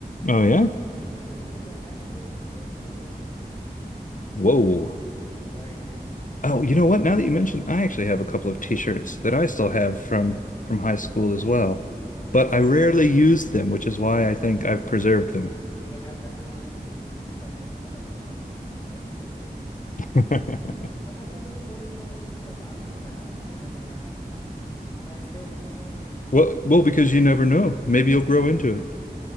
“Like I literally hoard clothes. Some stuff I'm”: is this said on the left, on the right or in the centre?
Left